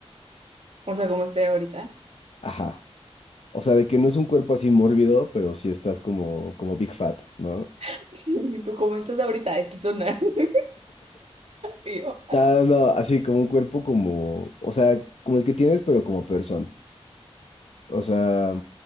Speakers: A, on the right; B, on the left.
A: O sea, como estoy ahorita.
B: Ajá. O sea, de que no es un cuerpo así mórbido, pero sí estás como, como Big Fat, ¿no?
A: <laughs> ¿Y tú cómo estás ahorita? X zona. <laughs> Y yo, ah.
B: No, no, no, así como un cuerpo como, o sea, como el que tienes, pero como persona. O sea,